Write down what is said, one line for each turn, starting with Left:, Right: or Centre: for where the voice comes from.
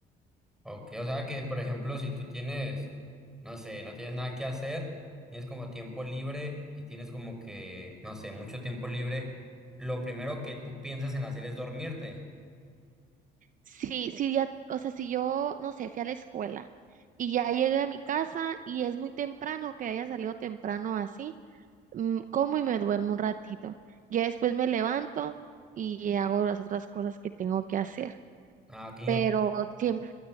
Centre: Ok, o sea que por ejemplo, si tú tienes, no sé, no tienes nada que hacer, tienes como tiempo libre y tienes como que, no sé, mucho tiempo libre, lo primero que tú piensas en hacer es dormirte.
Right: Sí, sí, ya, o sea, si yo, no sé, fui a la escuela y ya llegué a mi casa y es muy temprano, que haya salido temprano así. mm, como y me duermo un ratito. Ya después me levanto y hago las otras cosas que tengo que hacer.
Centre: Ah, ok,
Right: Pero siempre,